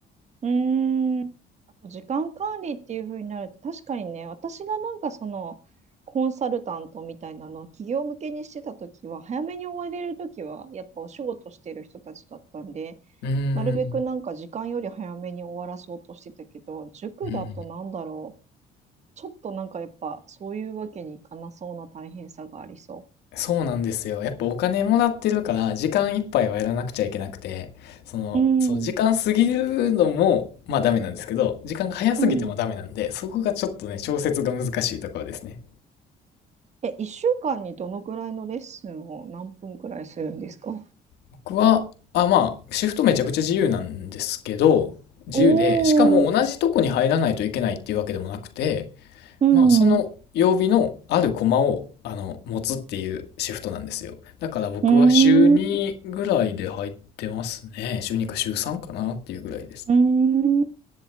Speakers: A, on the right; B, on the left.
A: うん。うーん。あと時間管理っていう風になると確かにね、私がなんかそのコンサルタントみたいなのを企業向けにしてた時は早めに終われる時はやっぱお仕事してる人たちだったんで、
B: うーん、
A: なるべくなんか時間より早めに終わらそうとしてたけど、塾だとなんだろう。
B: うん。
A: ちょっとなんかやっぱそういうわけにいかなそうな大変さがありそ
B: そうなんですよ。やっぱお金もらってるから、時間いっぱいはやらなくちゃいけなくて、その、
A: う。うん
B: そう、時間過ぎるのも、まあダメなんですけど、時間が早すぎてもダメなんで、
A: うん。
B: そこがちょっとね、調節が難しいところですね。
A: え、1週間にどのぐらいのレッスンを何分くらいするんですか
B: 僕は、あ、まあ、シフトめちゃくちゃ自由なんですけど、自由で、
A: おー、
B: しかも同じとこに入らないといけないっていうわけでもなくて、
A: うん、
B: まあ、その曜日のあるコマを、
A: う
B: あの、持つっていうシフトなんですよ。だから僕は週2ぐらいで入ってますね。
A: ーん、う
B: 週2か週3かなっていうぐらいです。
A: ーん。